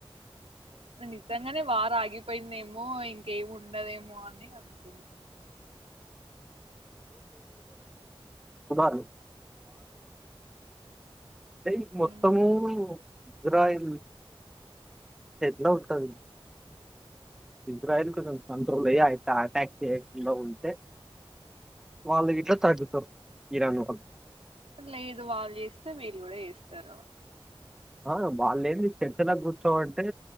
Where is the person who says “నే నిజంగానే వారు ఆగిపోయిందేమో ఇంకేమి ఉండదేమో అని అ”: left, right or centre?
Right